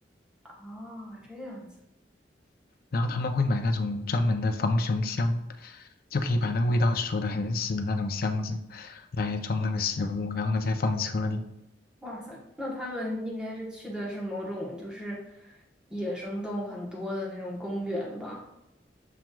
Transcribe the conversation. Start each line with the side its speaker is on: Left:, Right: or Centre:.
Centre: 哦，这样子，
Left: 然后他们会买那种专门的防熊箱，就可以把那个味道锁得很死的那种箱子来装那个食物，然后呢再放车里。
Centre: 哇塞，那他们应该是去的是某种就是野生动物很多的那种公园吧？